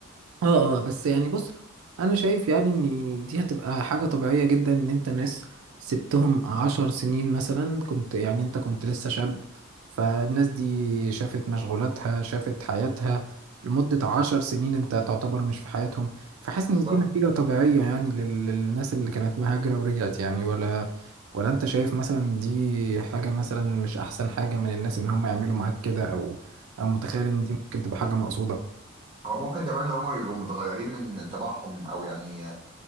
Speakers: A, on the right (about 85°); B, on the right (about 25°).
A: اه اه بس يعني بص انا شايف يعني ان دي هتبقى حاجة طبيعية جدا ان انت ناس سبتهم عشر سنين مثلا كنت يعني انت كنت لسه شاب فالناس دي شافت مشغولاتها شافت حياتها لمدة عشر سنين انت تعتبر مش في حياتهم فحاسس
B: بالظبط.
A: ان دي نتيجة طبيعية يعني لل- للناس اللي كانت مهاجرة ورجعت يعني ولا ولا انت شايف مثلا دي حاجة مثلا مش احسن حاجة من الناس ان هم يعملوا معاك كده او او متخيل ان دي ممكن تبقى حاجة مقصودة
B: هو ممكن كمان اللي هما بيبقوا متغيرين من طباعهم او يعني